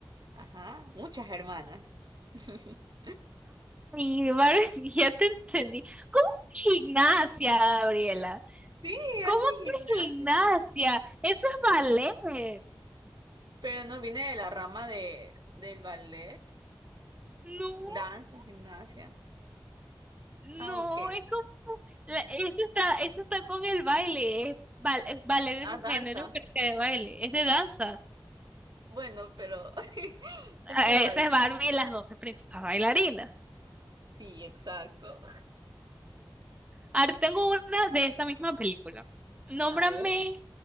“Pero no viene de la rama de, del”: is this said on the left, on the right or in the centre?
Right